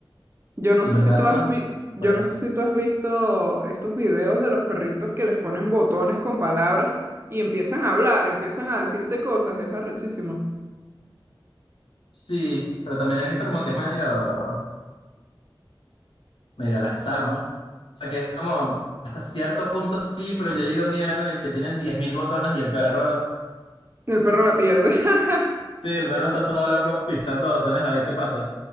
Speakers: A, on the right; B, on the left.
A: Yo no
B: Y
A: sé
B: los
A: si
B: gatos,
A: tú has vi- yo
B: pues
A: no sé si tú has visto estos videos de los perritos que les ponen botones con palabras y empiezan a hablar, empiezan a decirte cosas, es arrechísimo.
B: sí, pero también he visto como que es medio, medio al azar, ¿no? O sea, que es como hasta cierto punto sí, pero ya llega un nivel en el que tienen 10.000 botones y el perro.
A: El perro la pierde. <laughs>
B: Sí, el perro está todo loco pisando botones a ver qué pasa.